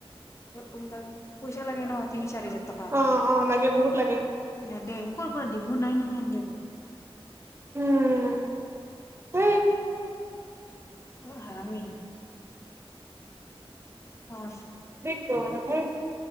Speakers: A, on the left (about 30°); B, on the right (about 25°).
A: উলটা পইচা লাগে ন তিনি চাৰি হাজাৰ টকা
B: অ অ লাগে বহুত লাগে
A: নাই দে ক'ৰ দিম মোৰ নাই নহয় আনগে ব
B: উম উ
A: অ হমিম হয়
B: অ